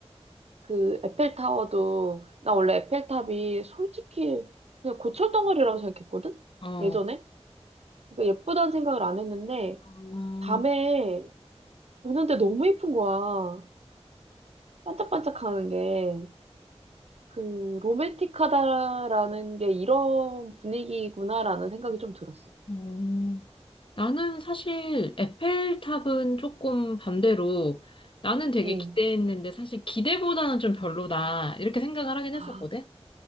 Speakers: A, on the right; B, on the left.
A: 그 에펠타워도 나 원래 에펠탑이 솔직히 그냥 고철덩어리라고 생각했거든?
B: 어.
A: 예전에? 그러니까 예쁘다는 생각을 안 했는데
B: 음,
A: 밤에 보는데 너무 예쁜 거야. 반짝반짝하는 게. 그 로맨틱하다라는 게 이런 분위기구나라는 생각이 좀 들었어.
B: 음. 나는 사실 에펠탑은 조금 반대로, 나는 되게
A: 응.
B: 기대했는데, 사실 기대보다는 좀 별로다. 이렇게 생각을 하긴
A: 아,
B: 했었거든.